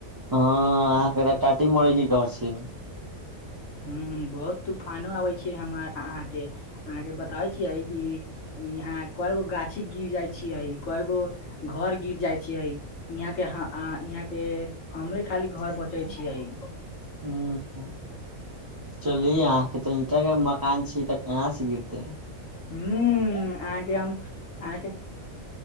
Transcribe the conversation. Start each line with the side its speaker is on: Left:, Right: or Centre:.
Right: अहाँ क टाटी मरै की घर छै
Left: ह बहुत तूफानो आबै छै हम आहाँके अहाँके बताबै छिय कि ई हँ कयगो गाछ गिर जाइ छीयइ कय गो घर गिर जाइ छियै यहाँ के यहाँ के हमरे खाली घर
Right: ह्म
Left: बचै छियै हूँ
Right: चलि अहाँके त ईटा के मकान छी त कहाँ से गिरते
Left: ह्मम आहाके हम आहके